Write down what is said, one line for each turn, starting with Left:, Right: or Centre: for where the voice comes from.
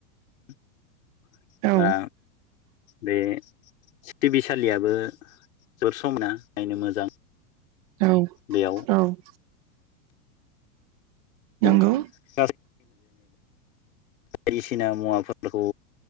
Left: <inaudible>
Right: औ
Left: बा बे सिफथिबि सालियाबो जोबोर समाइना नायनो मोजां।
Right: औ
Left: बेयाव
Right: औ।
Left: <unintelligible>
Right: नंगौ
Left: बायदिसिना मुवाफोरखौ